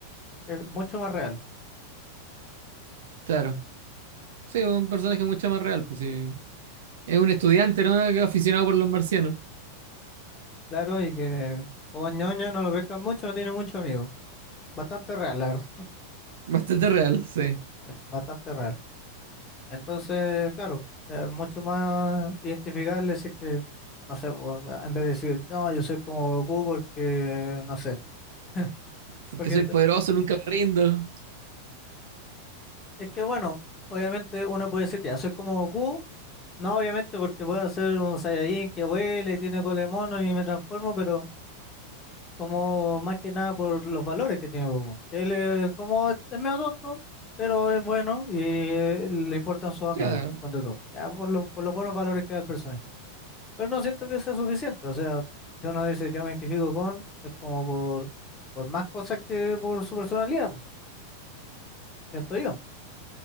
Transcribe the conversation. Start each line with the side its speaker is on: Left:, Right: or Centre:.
Left: es mucho más real.
Right: Claro. Sí, un personaje mucho más real, pues sí. Es un estudiante, ¿no? Aficionado por los marcianos.
Left: Claro, y que como ñoño no lo pescan mucho, no tiene mucho amigo. Bastante real, la verdad,
Right: Bastante real, sí.
Left: eh, bastante real. Entonces, claro, es mucho más identificable si es que, no sé, o, ah, en vez de decir, no, yo soy como Goku porque, no sé, <laughs>
Right: Porque
Left: porque
Right: soy
Left: t-
Right: poderoso, nunca me rindo.
Left: es que bueno, obviamente uno puede decir, ya, soy como Goku, no obviamente porque puedo ser un Saiyajin que vuela y tiene cola de mono y me transformo, pero como más que nada por los valores que tiene Goku. Él es como es medio tonto, pero es bueno y eh, le importan sus amigos,
Right: Claro.
Left: cuando todo. Ya por, lo- por los buenos valores que da el personaje. Pero no siento que sea suficiente, o sea, si uno dice yo me identifico con, es como por, por más cosas que por su personalidad, po, siento yo.